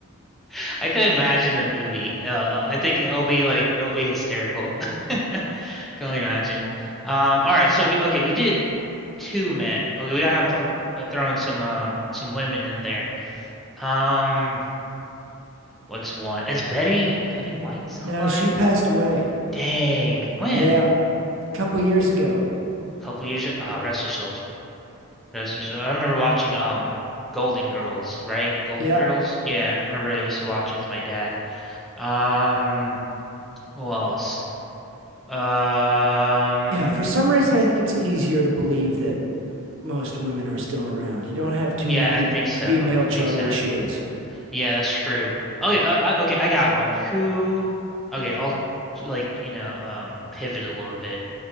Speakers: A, in the centre; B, on the right (about 55°).
A: <laughs> I could imagine the movie. Uh, I think it'll be like it'll be hysterical. <laughs> Can only imagine. Um, all right, so we okay, we did two men. Okay, we gotta put, uh, throw in some um some women in there. Um, what's one? Is Betty Betty White still
B: No,
A: alive?
B: she passed away.
A: Dang, when?
B: Yeah, a couple years ago.
A: A couple years. Oh, rest her soul. That's for sure. I remember watching um Golden Girls, right? Golden
B: Yeah,
A: Girls? Yeah, I remember I used to watch it with my dad. Um, who else? Um,
B: yeah. For some reason, I think it's easier to believe that most women are still around. You don't have too
A: yeah,
B: many
A: I think so.
B: female
A: I
B: Charlie
A: think so.
B: Sheens.
A: Yeah, that's true. Okay, uh, uh, okay, I got one. Who? Okay, I'll like, you know, um pivot a little bit.